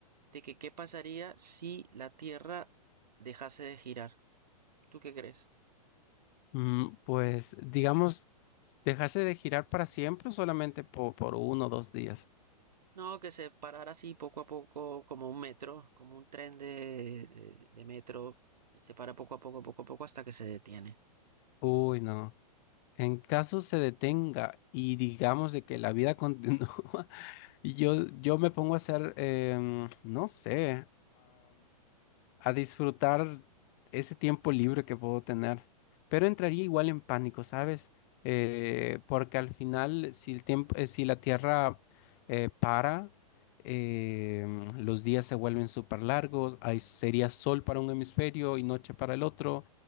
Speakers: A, on the right; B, on the left.
A: de que qué pasaría si la Tierra dejase de girar. ¿Tú qué crees?
B: Mm, pues, digamos, dejarse de girar para siempre o solamente po- por uno o dos días.
A: No, que se parara así poco a poco, como un metro, como un tren de, de- de metro, se para poco a poco, poco a poco hasta que se detiene.
B: Uy, no. En caso se detenga y digamos de que la vida continúa, <laughs> yo, yo me pongo a hacer, em, no sé. a disfrutar ese tiempo libre que puedo tener. Pero entraría igual en pánico, ¿sabes? Eh, porque al final, si el tiempo, eh, si la Tierra eh, para, eh, los días se vuelven súper largos, hay, sería sol para un hemisferio y noche para el otro.